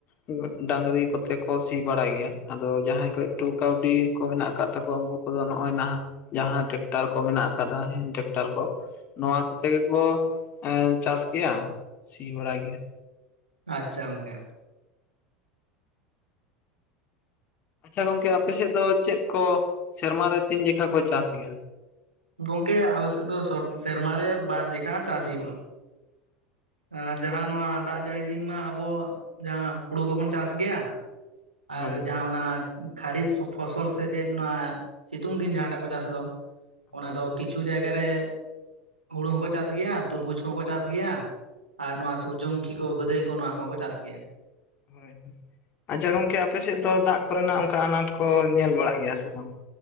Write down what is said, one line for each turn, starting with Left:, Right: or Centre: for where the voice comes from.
Left: ᱩᱸᱜ ᱰᱟᱝᱜᱽᱨᱤ ᱠᱚᱛᱮ ᱠᱚ ᱥᱤ ᱵᱟᱲᱟᱭ ᱜᱮᱭᱟ ᱟᱫᱚ ᱡᱟᱦᱟᱸᱭ ᱠᱚᱡ ᱴᱩ ᱠᱟᱣᱰᱤ ᱠᱚ ᱢᱮᱱᱟᱜ ᱠᱟᱫ ᱛᱟᱠᱚᱣᱟ ᱩᱱᱠᱩᱼᱼ ᱱᱩᱠᱩ ᱫᱚ ᱱᱚᱜ-ᱚᱭ ᱱᱟᱦᱟᱸᱜ ᱡᱟᱦᱟᱸ ᱴᱮᱠᱴᱟᱨ ᱠᱚ ᱢᱮᱱᱟᱜ ᱠᱟᱫᱟ ᱴᱮᱠᱴᱟᱨ ᱠᱚ᱾ ᱱᱚᱶᱟ ᱠᱚᱛᱮ ᱜᱮᱠᱚ ᱮᱸ ᱪᱟᱥ ᱜᱮᱭᱟ ᱥᱤ ᱵᱟᱲᱟᱭ ᱜᱮᱭᱟ᱾
Right: ᱟᱪᱷᱟ ᱜᱚᱝᱠᱮ᱾
Left: ᱟᱪᱪᱷᱟ ᱜᱚᱝᱠᱮ ᱟᱯᱮ ᱥᱮᱫ ᱫᱚ ᱪᱮᱫ ᱠᱚ ᱥᱮᱨᱢᱟ ᱨᱮ ᱛᱤᱱ ᱡᱮᱠᱷᱟ ᱠᱚ ᱪᱟᱥ ᱜᱮᱭᱟ?
Right: ᱜᱚᱝᱠᱮ ᱟᱞᱮ ᱥᱮᱫ ᱫᱚ ᱥᱚᱴ ᱥᱮᱨᱢᱟ ᱨᱮ ᱵᱟᱨ ᱡᱮᱠᱷᱟ ᱪᱟᱥ ᱦᱩᱭᱩᱜ-ᱟ᱾ ᱟᱨ ᱡᱟᱦᱟᱸ ᱱᱚᱣᱟ ᱫᱟᱜ ᱡᱟᱹᱲᱤ ᱫᱤᱱ ᱢᱟ ᱟᱵᱚ ᱡᱟᱦᱟᱸ ᱦᱩᱲᱩ ᱜᱚᱵᱚᱱ ᱪᱟᱥ ᱜᱮᱭᱟ᱾ ᱟᱨ
Left: ᱦᱳᱭ
Right: ᱡᱟᱦᱟᱸ ᱚᱱᱟ ᱠᱷᱟᱨᱤᱯ ᱥᱚ ᱯᱷᱚᱥᱚᱞ ᱥᱮ ᱪᱮᱫ ᱱᱚᱶᱟ ᱥᱤᱛᱩᱝ ᱫᱤᱱ ᱡᱟᱦᱟᱸ ᱴᱟᱜ ᱠᱚ ᱪᱟᱥ ᱫᱟ᱾ ᱚᱱᱟ
Left: ᱦᱳᱭ
Right: ᱫᱚ ᱠᱤᱪᱷᱩ ᱡᱟᱭᱜᱟ ᱨᱮ ᱦᱩᱲᱩ ᱦᱚᱸᱠᱚ ᱪᱟᱥ ᱜᱮᱭᱟ ᱛᱩᱨᱵᱩᱪ ᱠᱚᱦᱚᱸ ᱠᱚ ᱪᱟᱥ ᱜᱮᱭᱟ᱾ ᱟᱨ ᱱᱚᱣᱟ ᱥᱩᱨᱡᱚ ᱢᱩᱠᱷᱤ ᱠᱚ ᱵᱷᱟᱹᱫᱟᱹᱭ ᱠᱚ ᱱᱚᱣᱟ ᱠᱚ ᱦᱚᱸ ᱠᱚ ᱪᱟᱥ ᱜᱮᱭᱟ
Left: ᱦᱩᱭ, ᱟᱪᱪᱷᱟ ᱜᱚᱝᱠᱮ ᱟᱯᱮ ᱥᱮᱫ ᱫᱚ ᱫᱟᱜ ᱠᱚᱨᱮ ᱠᱚ ᱱᱟᱜ ᱚᱱᱠᱟ ᱟᱱᱟᱴ ᱠᱚ ᱧᱮᱞ ᱵᱟᱲᱟᱜ ᱜᱮᱭᱟ ᱥᱮ ᱵᱟᱝ